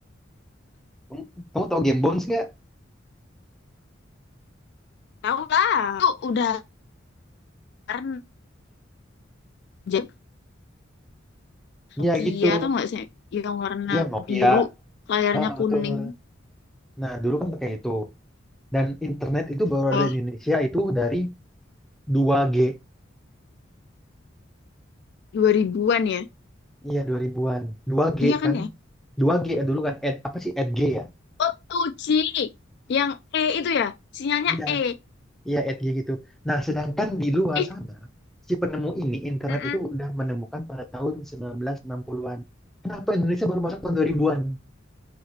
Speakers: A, in the centre; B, on the left.
A: Kamu, kamu tahu game Bounce nggak?
B: tahu <laughs> lah. Itu udah warna jadi Nokia
A: Ya gitu.
B: tuh nggak sih yang warna
A: Ya Nokia.
B: biru layarnya
A: Ah,
B: kuning.
A: betul. Nah, dulu kan pakai itu. Dan internet itu baru
B: Oh,
A: ada di Indonesia itu dari 2G.
B: 2000-an ya.
A: Iya, 2000-an. 2G
B: Iya kan
A: kan?
B: ya?
A: 2G ya dulu kan? Ed, apa sih? Edg ya?
B: Oh, 2G. Yang E itu ya, sinyalnya
A: Iya.
B: E.
A: Iya, Edg gitu. Nah, sedangkan di luar
B: Ih,
A: sana, si penemu ini, internet
B: mm-mm.
A: itu udah menemukan pada tahun 1960-an. Kenapa Indonesia baru masuk tahun 2000-an?